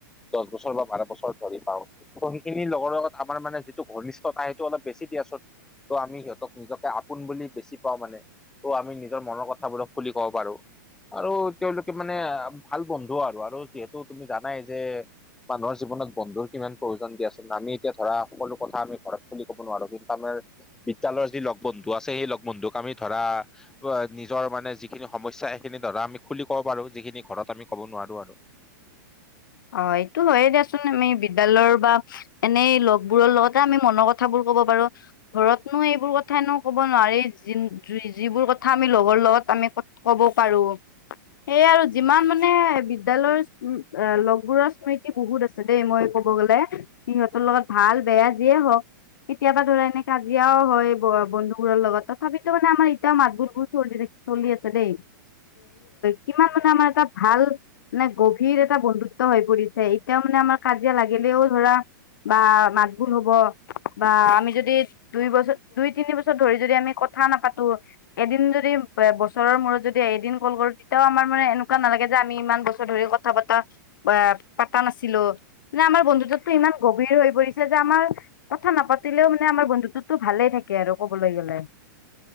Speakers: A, in the centre; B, on the left (about 75°).
A: দহ বছৰ বা বাৰ বছৰ ধৰি পাওঁ ত সেইখিনিৰ লগৰ লগত আমাৰ মানে যিটো ঘনিষ্ঠতা সেইটো অলপ বেছি দিয়া চোন ত' আমি সিহঁতক নিজকে আপোন বুলি বেছি পাওঁ মানে ত' আমি নিজৰ মনৰ কথাবোৰক খুলি কব পাৰো আৰু তেওঁলোকে মানে ভাল বন্ধু আৰু আৰু যিহেতু তুমি জানাই যে মানুহৰ জীৱনত বন্ধুৰ কিমান প্ৰয়োজন দিয়াচোন আমি এতিয়া ধৰা সকলো কথা আমি ঘৰত খুলি ক'ব নোৱাৰো কিন্তু আমাৰ বিদ্যয়ালয়ৰ যি লগ বন্ধু আছে সেই লগ বন্ধুক আমি ধৰা নিজৰ মানে যিখিনি সমস্যা সেইখিনি ধৰা আমি খুলি ক'ব পাৰো যিখিনি ঘৰত আমি ক'ব নোৱাৰো আৰু
B: হয এইটো হয়ে দিয়াচোন আমি বিদ্যালয়ৰ বা এনেই লগবোৰৰ লগতে আমি মনৰ ক থাবোৰ ক'ব পাৰো। ঘৰতনো এইবোৰ কথা এনো ক'ব নোৱাৰি যিবোৰ কথা আমি লগৰ লগত আমি কব পাৰো সেইয়া আৰু যিমান মানে বিদ্যালয়ৰ লগ বোৰৰ স্মৃতি বহুত আছে দেই মই কব গ'লে সিহঁতৰ লগত ভাল বেয়া যিয়ে হওঁক কেতিয়াবা ধৰা এনে কাজিয়াও হয় বন্ধুবোৰৰ লগত তথাপিতো মানে আমাৰ এতিয়াও মাতবোৰবোৰ চলিয়ে চলিয়ে আছে দেই কিমান মানে আমাৰ এটা ভাল মানে গভীৰ এটা বন্ধুত্ব হৈ পৰিছে এতিয়াও মানে আমাৰ কাজিয়া লাগিলেও ধৰা বা মাতবুল হ'ব বা আমি যদি দুই বছৰ দুই তিনি বছৰ ধৰি যদি আমি কথা নাপাতো এদিন যদি এ বছৰৰ মূৰত যদি এদিন কল কৰো তেতিয়াও আমাৰ মানে এনেকুৱা নালাগে যে আমি ইমান বছৰ ধৰি ক- কথা বতা বা পতা নাছিলো মানে আমাৰ বন্ধুত্বটো ইমান গভীৰ হৈ পৰিছে যে আমাৰ কথা নাপাতিলেও মানে আমাৰ বন্ধুততো ভালে থাকে আৰু কবলৈ গ'লে